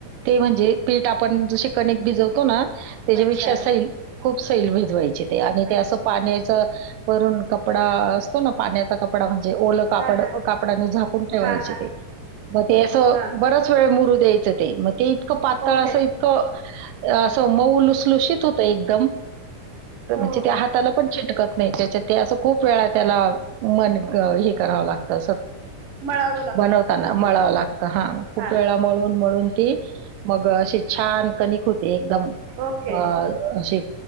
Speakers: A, on the right (about 85°); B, on the right (about 60°).
A: ते म्हणजे पीठ आपण जशी कनीक भिजवतो ना, त्याच्यापेक्षा
B: अच्छा
A: खूप सैल भिजवायची ते, आणि
B: अच्छा
A: ते असं पाण्याच वरून कपडा असतो ना, पाण्याचा कपडा, म्हणजे ओलं कापड,
B: हा हा
A: कापडानी झाकून ठेवायचे
B: हा हा
A: ते. मग ते असं,
B: हा
A: बराच वेळ मुरू द्यायचं. ते, मग ते इतकं पातळ
B: ओके
A: अस इतकं, अस मऊ लुसलुशीत हुतय एकदम,
B: हो
A: म्हणजे ते हाता हाताला पण चिटकत नाही, त्याच्या ते असं खूप वेळा त्याला मन हे करावं लागत,
B: मळावं लागतं
A: बनवताना मळावं लागतं हां, खूप
B: हा
A: वेळा, मळून मळून ती मग अशी, छान कणिक होते, एकदम
B: ओके
A: अ अशे,